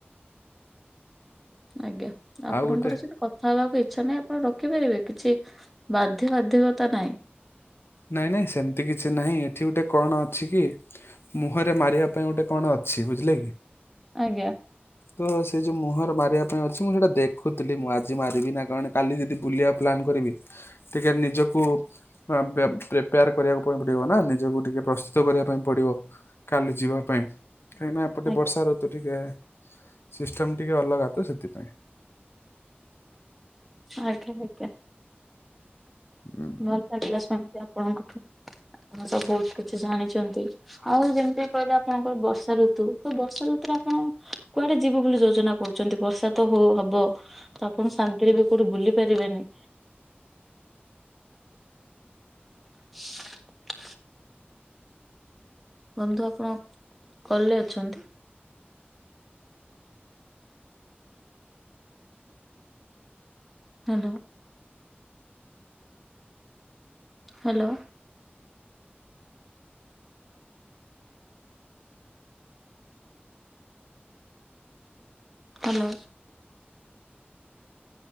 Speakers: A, in the centre; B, on the left.
A: ଆଜ୍ଞା ଆପଣଙ୍କର
B: ଆଉ ଗୋଟେ
A: ସହିତ କ ଥା ହବାକୁ ଇଚ୍ଛା ନାହିଁ ଆପଣ ରଖିପାରିବେ କିଛି ବାଧ୍ୟ ବାଧ୍ୟକତା ନାହିଁ।
B: ନାଇଁ ନାଇଁ ସେମିତି କିଛି ନାହିଁ ଏଠି ଗୋଟେ କଣ ଅଛି କି? ମୁହଁରେ ମାରିବା ପାଇଁ ଗୋଟେ କଣ ଅଛି ବୁଝିଲେ କି।
A: ଆଜ୍ଞା।
B: ହଁ ତ ସେ ଯୋଉ ମୁହଁରେ ମାରିବା ପାଇଁ ଅଛି ମୁଁ ସେଇଟା ଦେଖୁଥିଲି ମୁଁ ଆଜି ମାରିବି ନା କଣ କାଲି, ଯଦି ବୁଲିବା ପ୍ଲାନ୍ କରିବି। ଟିକେ ନିଜକୁ ଆ, ବେ ପ୍ରିପେୟାର୍ କରିବାକୁ ପାଇଁ ପଡିବ ନା, ନିଜକୁ ଟିକେ ପ୍ରସ୍ତୁତ କରିବା ପାଇଁ ପଡିବ କାଲି ଯିବା ପାଇଁ। କାହିଁକି ନା ଏପଟେ
A: ଆଜ୍ଞା
B: ବର୍ଷା ଋତୁ ଟିକେ ସିଷ୍ଟମ ଟିକେ ଅଲଗା ତ ସେଥିପାଇଁ।
A: ଆଜ୍ଞା <unintelligible>
B: ହୁଁ।
A: ମୋର <unintelligible> ଆପଣଙ୍କଠୁ ଆପଣ ତ ବହୁତ କିଛି ଜାଣିଚନ୍ତି। ଆଉ ଯେମିତି କହିଲେ ଆପଣଙ୍କର ବର୍ଷା ଋତୁ, ତ ବର୍ଷା ଋତୁରେ ଆପଣ କୁଆଡେ ଯିବେ ବୋଲି ଯୋଜନା କରୁଚନ୍ତି ବର୍ଷା ତ ହଉ ହବ ତ ଆପଣ ଶାନ୍ତିରେ ବି କୋଉଠି ବୁଲି ପାରିବେନି। <inaudible> ବନ୍ଧୁ ଆପଣ କଲ୍ ଲେ ଅଛନ୍ତି? ହ୍ୟାଲୋ। ହ୍ୟାଲୋ। ହ୍ୟାଲୋ।